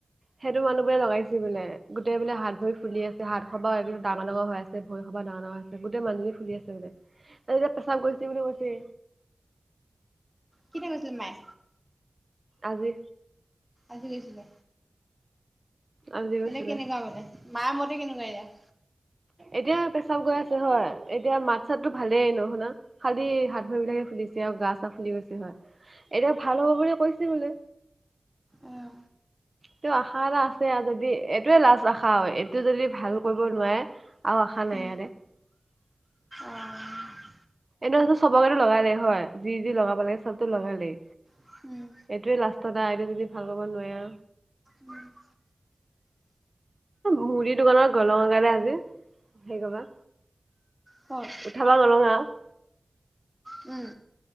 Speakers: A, on the right; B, in the centre.
A: সেইটো মানুহ বোৰে লগাইছে বোলে গোটেই বোলে হাত ভ ফুলি আছে হাত সবা ডাঙৰ ডাঙৰ আ ভৰি খবা ডাঙৰ ডাঙৰ হৈছে গোটেই মানুহী ফুলি আছে বো ত এতিয়া পেচাব গৈছে বুলি কৈছে
B: কেতিয়া কৈছিল মায়ে
A: আগে
B: আজি গৈছিলে
A: আজি গৈছিলে
B: এনে কেনেকুৱা বোলে মায় মতে কেনেকুৱা এতিয়া
A: এতিয়া পেচাব গৈ আছে হয় এতিয়া মাত চাতটো ভালেই নো শুনা খালি হাত ভৰি বিলাকে ফুলিছে আৰু গা চা ফুলি গৈছে হয় এতিয়া ভাল হ'ব বুলি কৈছে বোলে
B: অ
A: তটো আশা এটা আছে যদি এইটোয়ে লাজ আশা হয় টো যদি ভাল কৰিব নোৱাৰে
B: উম অ
A: এনে চবকো লগাল লেইে হয় যি যি লগাব লাগে চবতো লগাল লেই
B: উম
A: এইটোয়ে লাষ্টতটা এইটো যদি ভাল ক নোৱাৰা
B: উম
A: মুদ দোকানত গলৰ কাৰণে আজি হে কবা
B: ক'ত
A: <unintelligible>
B: উম